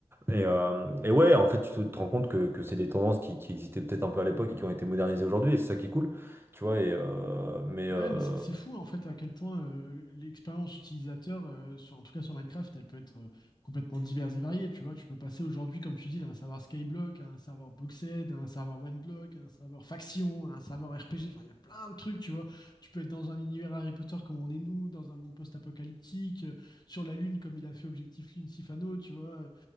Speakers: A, on the right; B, on the left.
A: Et, euh, et ouais, en fait, tu te, te rends compte que, que c'est des tendances qui, qui existaient peut-être un peu à l'époque et qui ont été modernisées aujourd'hui. Et c'est ça qui est cool, tu vois. Et, euh, mais,
B: Ouais,
A: euh,
B: mais c'est c'est fou en fait à quel point euh, l- l'expérience utilisateur, euh, sur- en tout cas sur Minecraft, elle peut être euh, complètement diverse et variée. Tu vois, tu peux passer aujourd'hui, comme tu dis, d'un serveur Skyblock à un serveur Boxed, à un serveur OneBlock, à un serveur Faction, à un serveur RPG. Enfin, il y a plein de trucs, tu vois. Tu peux être dans un univers Harry Potter comme on est nous, dans un monde post-apocalyptique, euh, sur la Lune comme il a fait Objectif Lune Sifano, tu vois.